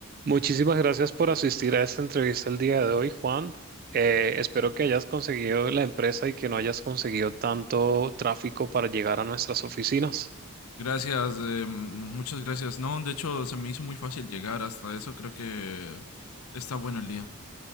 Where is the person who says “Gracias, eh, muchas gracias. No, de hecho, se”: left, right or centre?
Left